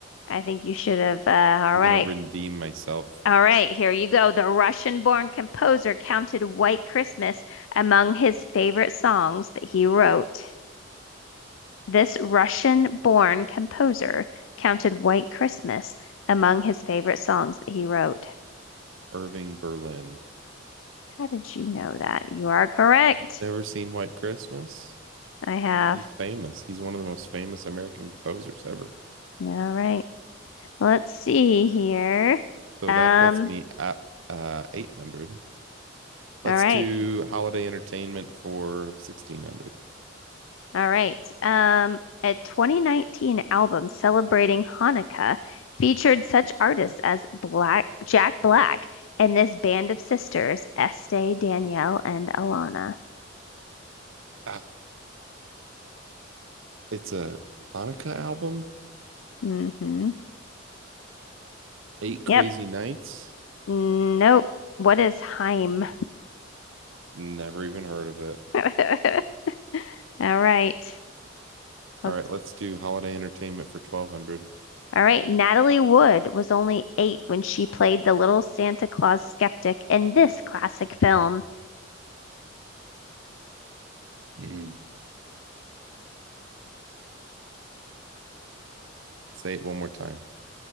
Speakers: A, on the left; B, on the right.
A: I think you should have. Uh, all
B: I'm
A: right.
B: gonna redeem myself.
A: All right. Here you go. The Russian-born composer counted White Christmas among his favorite songs that he wrote. This Russian-born composer counted White Christmas among his favorite songs that he wrote.
B: Irving Berlin.
A: How did you know that? You are correct.
B: Never seen White Christmas?
A: I have
B: He's famous. He's one of the most famous American composers ever.
A: All right. Let's see here.
B: So
A: Um,
B: that puts me at uh, 800. Let's
A: all right.
B: do holiday entertainment for 1600.
A: All right. Um, a 2019 album celebrating Hanukkah featured such artists as Black Jack Black and this band of sisters, Estee, Danielle, and Alana.
B: Ah, it's a Hanukkah album,
A: Mm-hmm.
B: Eight Crazy
A: Yep.
B: Nights.
A: Nope. What is Haim?
B: Never even heard of it.
A: <laughs> All right.
B: All
A: Let's-
B: right, let's do Holiday Entertainment for 1200.
A: all right. Natalie Wood was only eight when she played the little Santa Claus skeptic in this classic film.
B: Mhm. Say it one more time.